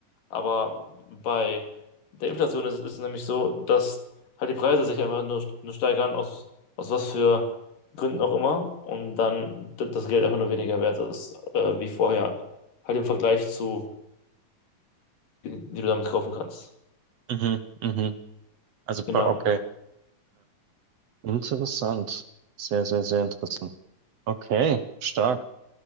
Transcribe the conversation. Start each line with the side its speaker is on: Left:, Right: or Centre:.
Left: Aber bei der Inflation ist, ist es nämlich so, dass halt die Preise sich einfach nur, nur steigern, aus, aus was für Gründen auch immer, und dann d- das Geld einfach nur weniger wert ist, äh, wie vorher, halt im Vergleich zu, wie du damit kaufen kannst.
Right: mhm, mhm. Also, pre-
Left: Genau.
Right: okay. Interessant. Sehr, sehr, sehr interessant. Okay, stark.